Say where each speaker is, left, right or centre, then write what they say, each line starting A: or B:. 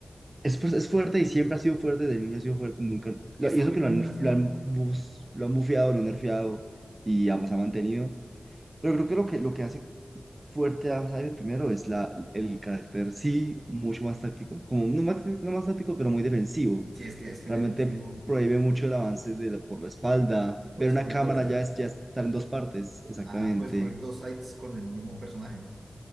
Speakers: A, on the right; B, on the right.
A: Es, fu- es fuerte y siempre ha sido fuerte, de niño ha sido fuerte, nunca,
B: y
A: lo-
B: está
A: y eso
B: muy
A: que
B: bien
A: lo han,
B: balanceado.
A: lo han, bus- lo han bufeado, lo han nerfeado y además ha mantenido. Pero creo que lo que, lo que hace fuerte a Cyber primero es la, el carácter, sí, mucho más táctico, como no más, no más táctico, pero muy defensivo.
B: Sí, es que es que
A: Realmente
B: en efectivo.
A: prohíbe mucho el avance de la- por la espalda.
B: puedes
A: Ver una
B: cubrir
A: cámara
B: dos sites.
A: ya, es, ya está en dos partes, exactamente.
B: Ajá, puedes cubrir dos sites con el mismo personaje.